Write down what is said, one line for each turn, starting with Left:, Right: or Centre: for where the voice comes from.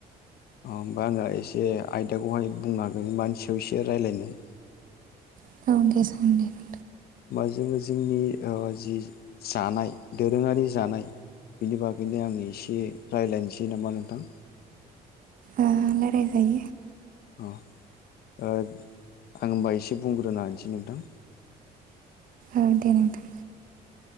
Left: अ होमबा आङो एसे आयदाखौहाय बुंनानै मानि सायाव रायलायनो
Right: औ दे जागोन दे
Left: होमबा जोङो जोंनि जि जानाय दोरोङारि जानाय बिनि बागैनो आं एसे रायलायनोसै नामा नोंथां
Right: आ रायलाय जायो
Left: अ ओ आं होमबा एसे बुंग्रोना होनोसै नोंथां
Right: ओ दे नोंथां